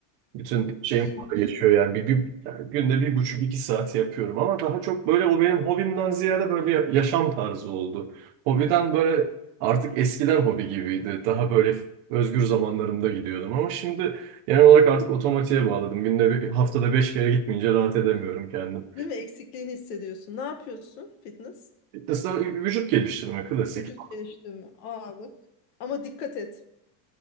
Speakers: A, on the right; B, on the left.
A: Bütün şeyim
B: iyiymiş.
A: orada geçiyor yani. Bir, bir, yani günde bir buçuk iki saat yapıyorum ama daha çok böyle o benim hobimden ziyade böyle bir yaşam tarzı oldu. Hobiden böyle artık eskiden hobi gibiydi. Daha böyle özgür zamanlarımda gidiyordum ama şimdi genel olarak artık otomatiğe bağladım. Günde bir, haftada beş kere gitmeyince rahat edemiyorum kendim.
B: Değil mi? Eksikliğini hissediyorsun. Ne yapıyorsun? Fitness.
A: Fitness'ta vücut geliştirme klasik.
B: Vücut geliştirme, ağırlık. Ama dikkat et.